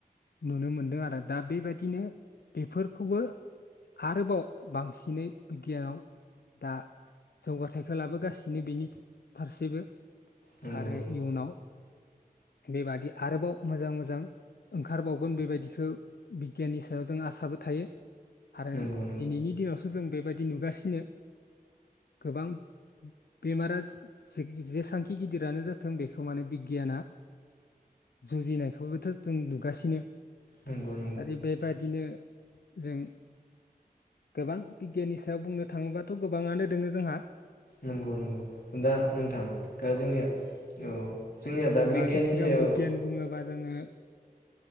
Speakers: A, on the left; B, on the left.
A: नुनो मोनदों आरो दा बेबायदिनो बेफोरखौबो। आरोबाव बांसिनै बिगियानाव दा। जौगाथायखौ लाबोगासिनो बेनि फारसेबो।
B: नंगौ
A: आरो
B: नंगौ
A: इयुनाव बेबादि आरोबाव मोजां मोजां। ओंखारबावगोन बेबायदिखो बिगियाननि सायाव जों आसाबो थाहयो। आरो
B: नंगौ नंगौ
A: दिनैनि दिनावसो जों बेबायदि नुगासिनो। गोबां बेमारा। जेसांखि गिदिरानो जाथों बेखौ माने बिगियाना। जुजिनायखौबोथ' जों नुगासिनो दा
B: नंगौ नंगौ
A: दि बे। बादिनो जों गोबां बिगियाननि सायाव बुंनो थाङोबाथ' गोबाङानो दोङो जोंहा
B: नोंगौ नोंगौ दा नोंथां दा जोंनिया औ जोंनिया दा
A: जोंहाथ'
B: बिगियाननि
A: सिगां
B: सायाव
A: बिगियान बुङोबा जोङो